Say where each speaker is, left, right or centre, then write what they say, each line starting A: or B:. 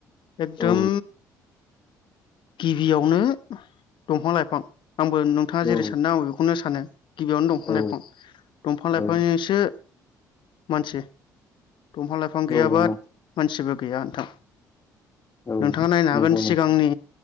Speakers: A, on the left; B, on the left.
A: एकदम
B: औ
A: गिबियावनो दंफां-लाइफां आंबो नोंथाङा
B: औ
A: जेरै सानदों आंबो बेखौनो सानो। गिबियावनो दंफां-लाइफां।
B: औ
A: दंफां लाइफांजोंसो
B: औ
A: मानसि दंफां लाइफां गैयाबा
B: औ
A: मानसिबो गैया नोंथां
B: औ
A: नोंथाङा नायनो
B: नंगौ
A: हागोन सिगांनि
B: नोंथां